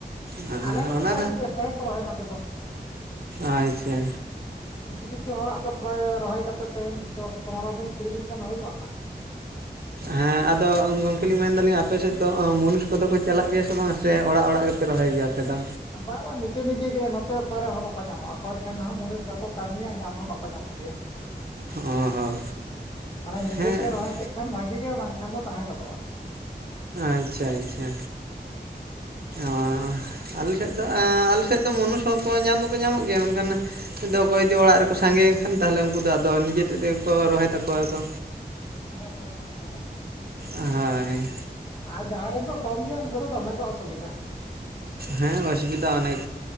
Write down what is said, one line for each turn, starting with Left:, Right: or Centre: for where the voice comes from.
Right: ᱟᱸ,
Left: ᱟᱞᱮ ᱱᱚᱛᱮ
Right: ᱚᱱᱟ
Left: ᱫᱚ ᱟᱹᱰᱤ ᱡᱮᱥᱴᱟ ᱜᱮᱠᱚ ᱨᱚᱦᱚᱭᱟ ᱱᱚᱛᱮ ᱫᱚ᱾
Right: ᱟᱪᱪᱷᱟ᱾
Left: ᱠᱤᱪᱷᱩ ᱠᱤᱪᱷᱩ ᱦᱚᱲᱟᱜ ᱫᱚ ᱯᱨᱟᱭ ᱨᱚᱦᱚᱭ ᱠᱟᱛᱮ ᱛᱮᱦᱮᱧ ᱫᱚᱥ ᱯᱚᱱᱨᱚ ᱫᱤᱱ ᱠᱩᱲᱤ ᱫᱤᱱ ᱜᱟᱱ ᱦᱩᱭ ᱜᱚᱫ ᱮᱱᱟ᱾
Right: ᱦᱮᱸ ᱟᱫᱚ ᱜᱚᱝᱠᱮ ᱞᱤᱧ ᱢᱮᱱᱫᱟᱞᱤᱧ ᱟᱯᱮ ᱥᱮᱫ ᱫᱚ ᱢᱚᱱᱩᱥ ᱠᱚᱫᱚ ᱠᱚ ᱪᱟᱞᱟᱜ ᱜᱮᱭᱟ ᱥᱮ ᱵᱟᱝ? ᱥᱮ ᱚᱲᱟᱜ ᱚᱲᱟᱜ ᱜᱮᱯᱮ ᱨᱚᱦᱚᱭ ᱜᱮᱭᱟ ᱟᱯᱮ ᱫᱚ᱾
Left: ᱵᱟ ᱵᱟ ᱱᱤᱡᱮ ᱱᱤᱡᱮ ᱜᱮ ᱱᱚᱛᱮ ᱚᱠᱟᱨᱮ ᱦᱚᱲ ᱵᱟᱠᱚ ᱧᱟᱢᱚᱜᱼᱟ᱾ ᱚᱠᱚᱭ ᱴᱷᱮᱱ ᱦᱚᱸ ᱢᱩᱱᱤᱥ ᱵᱟᱠᱚ ᱠᱟᱹᱢᱤᱭᱟ ᱧᱟᱢ ᱦᱚᱸ ᱵᱟᱠᱚ ᱧᱟᱢᱚᱜ ᱜᱮᱭᱟ᱾
Right: ᱚ ᱦᱚᱸ
Left: ᱢᱟᱱᱮ ᱱᱤᱡᱮᱛᱮ
Right: ᱦᱮᱸ
Left: ᱨᱚᱦᱚᱭ ᱠᱮᱜ ᱠᱷᱟᱱ ᱵᱷᱟᱜᱮ ᱜᱮ ᱵᱟᱝᱠᱷᱟᱱ ᱫᱚ ᱛᱟᱦᱮᱸ ᱜᱚᱫᱚᱜᱼᱟ᱾
Right: ᱟᱪᱪᱷᱟ ᱟᱪᱪᱷᱟ ᱚ᱾ ᱟᱞᱮ ᱥᱮᱫ ᱫᱚ ᱮᱸ ᱟᱞᱮ ᱥᱮᱫ ᱫᱚ ᱢᱚᱱᱩᱥ ᱦᱚᱸᱠᱚ ᱧᱟᱢ ᱫᱚᱠᱚ ᱧᱟᱢᱚᱜ ᱜᱮᱭᱟ᱾ ᱢᱮᱱᱠᱷᱟᱱ ᱫᱚ ᱚᱠᱚᱭ ᱫᱚ ᱚᱲᱟᱜ ᱨᱮᱠᱚ ᱥᱟᱸᱜᱮᱭᱮᱱᱠᱷᱟᱱ ᱛᱟᱦᱚᱞᱮ ᱩᱱᱠᱩ ᱫᱚ ᱟᱫᱚ ᱱᱤᱡᱮ ᱛᱮᱫ ᱛᱮᱜᱮ ᱠᱚ ᱨᱚᱦᱚᱭ ᱛᱟᱠᱚᱣᱟ ᱠᱚ᱾
Left: ᱦᱮᱸ ᱦᱮᱸ ᱦᱮᱸ ᱦᱮᱸ᱾
Right: ᱦᱳᱭ᱾
Left: ᱟᱨ ᱡᱟᱦᱟᱸᱭ ᱨᱮᱱ ᱠᱚ ᱠᱚᱢ ᱜᱮᱭᱟ ᱩᱱᱠᱩ ᱫᱚ ᱫᱚᱢᱮ ᱜᱮ ᱚᱥᱩᱵᱤᱫᱟ᱾
Right: ᱦᱮᱸ ᱚᱥᱩᱵᱤᱫᱟ ᱚᱱᱮᱠ